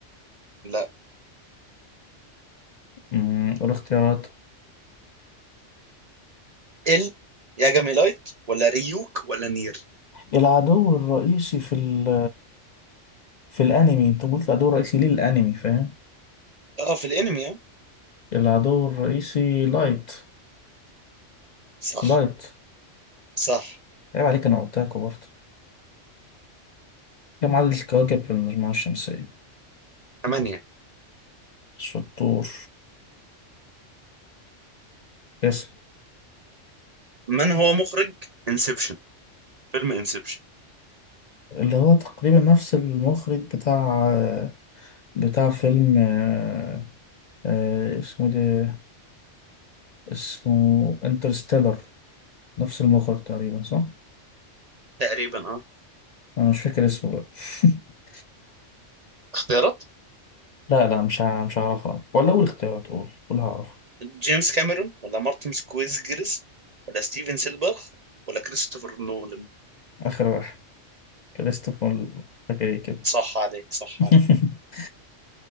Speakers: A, on the right; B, on the left.
A: لا
B: مم، قول اختيارات
A: ال ياجامي لايت ولا ريوك ولا نير
B: العدو الرئيسي في ال في الانمي انت قلت العدو الرئيسي للانمي فاهم
A: اه في الانمي اه
B: العدو الرئيسي لايت
A: صح
B: لايت
A: صح
B: عيب عليك أنا قلتها برضه كم عدد الكواكب في المجموعة الشمسية؟
A: ثمانية
B: شطور يس
A: من هو مخرج انسبشن فيلم انسبشن
B: اللي هو تقريبا نفس المخرج بتاع بتاع فيلم آه، آه، اسمه ده اسمه انترستيلر نفس المخرج تقريبا صح؟
A: تقريبا اه
B: أنا مش فاكر اسمه بقى <laughs>
A: اختيارات
B: لا لا مش ع- مش هعرفها ولا أول اختيارات قول قول هعرفها
A: جيمس كاميرون ولا مارتن سكويزجرز ولا ستيفن سيلبرغ ولا كريستوفر نولان
B: آخر واحد كريستوفر مش فاكر إيه كده
A: صح عليك صح
B: <laughs>
A: عليك